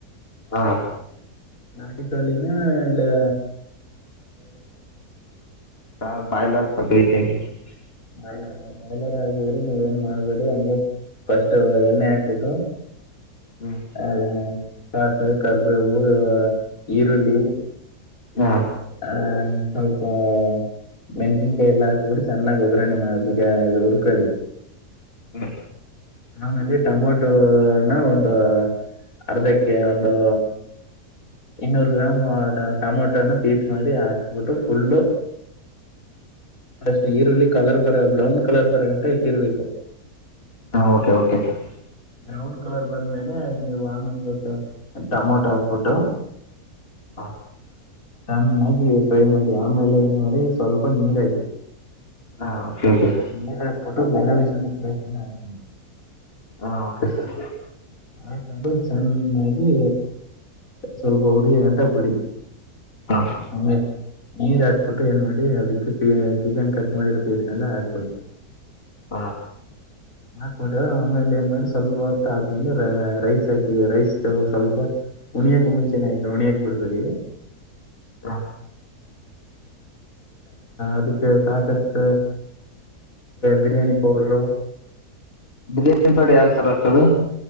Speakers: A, on the left; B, on the left.
A: ಹಾ.
B: ನಾಟಿಕಾಳಿನ ಇಲ್ಲಾ
A: ಹಾ ಬಾಯ್ಲರ್ <unintelligible>
B: ಬಾಯ್ಲರಾ, ಬಾಯ್ಲರ್ ಆಗಿದ್ರೆ ನೀವೇನು ಮಾಡ್ಬೇಡಿ ಹಂಗೆ ಫಸ್ಟ್ ಎಣ್ಣೆ ಹಾಕ್ಬಿಟ್ಟು
A: ಹ್ಮ್
B: ಆ ಸಾಸು ಕರ್ಬೇವು ಈರುಳ್ಳಿ
A: ಹಾ
B: ಹ್ಮ ಸ್ವಲ್ಪ ಹಾ ಮೆಣಸಕಾಯಿ ಎಲ್ಲಾ ಹಾಕುದ್ರೇ ಚೆನ್ನಹೋಗತ್ತೆ ಮ್ಮ ಅದಕ ಅದು ಹುರ್ಕೊಳ್ಳಿ
A: ಹ್ಮ್
B: ಆಮೇಲೆ ಟಮೊಟೋನ ಒಂದು ಅರ್ಧಕ್ಕೆ ಹಾ ಒಂದು. ಇನ್ನೂರ್ ಗ್ರಾಮ್ ಟೊಮೊಟೋನ ಪೀಸ್ ಮಾಡಿ ಹಾಕಬೇಕು ಅಪ್ಪಟ ಸುಳ್ಳು ಅಷ್ಟೇ ಈರುಳ್ಳಿ ಕಲರ್ ಬರ ಬ್ರೌನ್ ಕಲರ್ ಬರ ಗಂಟ ಇಟ್ಟೀರೀ
A: ಹಾ okay okay sir
B: brown colour ಬಂದ್ಮೇಲೆ ನೀವು ಅಮೆಲ್ ಬೇಕಾದ್ರೆ ಹ ಟಮೋಟಾ ಒಟ್ಟು
A: ಹಾ
B: ಚೆನ್ನಾಗಿ ಫ್ರೈ ಮಾಡಿ ಆಮೇಲೆ ಏನ್ ಮಾಡಿ ಸ್ವಲ್ಪ ನೀರ ಹಾಕಿ.
A: ಹಾ ಓಕೆ ಓಕೆ
B: ನಿರ್ಹಾಕ್ಬಿಟ್ಟು ಬಾನ್. ರಿಕ್ವೆಸ್ಟ್
A: ಹ ಓಕೆ ಸರ್
B: ಹಾಕೊಂಡು ಚೆನ್ನಾಗಿ ಸ್ವಲ್ಪ ಉರಿಯ ಗಂಟ ಬಿಡಿ
A: ಹಾ
B: ಆ ನೀರ್ ಹಾಕ್ಬಿಟ್ಟು ಏನ್ ಮಾಡಿ ಅದಕ್ಕೆ ಚಿಕನ್ ಕಟ್ ಮಾಡಿರ. ಎಲ ಹಾಕ್ಬಡಿ
A: ಹಾ
B: ಹಾಕ್ಬಿಟ್ಟ ಆಮೇಲೆ ಏನ್ ಮಾಡಿ ಸ್ವಲ್ಪ ಹೊತ್ತ ಆ ರೈಸ್ ಹಾಕಿದ್ರೆ ರೈಸ್ ಸ್ವಲ್ಪ ಉಣಿಯಕ್ ಮುಂಚೆನೆ ಆಯ್ತ ಉಣಿಯಾಕ್ ಬಿಡಬೇಡಿ
A: ಹಾ
B: ಅದಕ್ಕೆ ಸಾಕಷ್ಟ ಬಿರಿಯಾನಿ ಪೌಡರು
A: ಬಿರಿಯಾನಿ ಪೌಡರ್ ಯಾವ ಸರ್ ಹಾಕೋದು